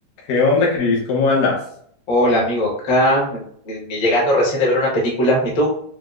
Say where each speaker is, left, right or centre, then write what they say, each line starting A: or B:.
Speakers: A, on the left (about 75°); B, on the left (about 50°).
A: ¿Qué onda, Cris? ¿Cómo andas?
B: Hola, amigo, acá eh, eh, llegando recién de ver una película. ¿Y tú?